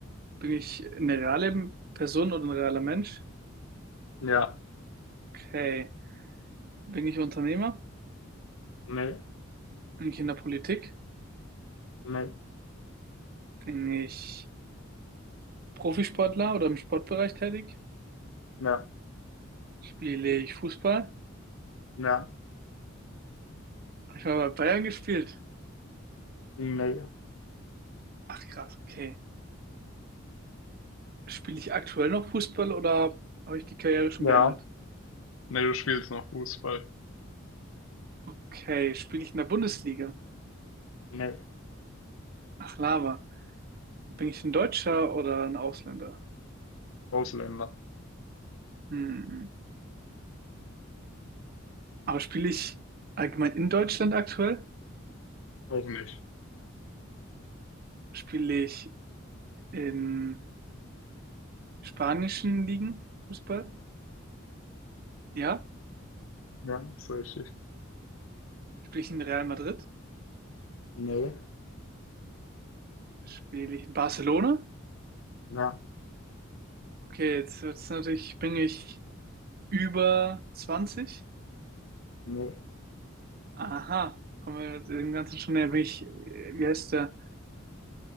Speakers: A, on the right (about 50°); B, on the left (about 85°).
A: Bin ich eine reale Person oder ein realer Mensch?
B: ja,
A: Okay. Bin ich Unternehmer?
B: ne,
A: Bin ich in der Politik?
B: ne,
A: Bin ich Profisportler oder im Sportbereich tätig?
B: ja,
A: Spiele ich Fußball?
B: ja,
A: Habe ich mal bei Bayern gespielt?
B: ne,
A: Ach krass, okay. Spiele ich aktuell noch Fußball oder habe ich die Karriere schon
B: ja.
A: beendet?
B: Ne, du spielst noch Fußball.
A: Okay, spiele ich in der Bundesliga?
B: Ne,
A: Ach, Lava. Bin ich ein Deutscher oder ein Ausländer?
B: Ausländer.
A: Hm. Aber spiele ich allgemein in Deutschland aktuell?
B: Auch nicht.
A: Spiele ich in spanischen Ligen Fußball? Ja.
B: Ja, ist richtig.
A: Spiele ich in Real Madrid?
B: Ne,
A: Spiele ich in Barcelona?
B: ja,
A: Okay, jetzt wird's natürlich, bin ich über 20?
B: ne.
A: Aha, kommen wir dem Ganzen schon näher. Bin ich, äh, wie heißt der?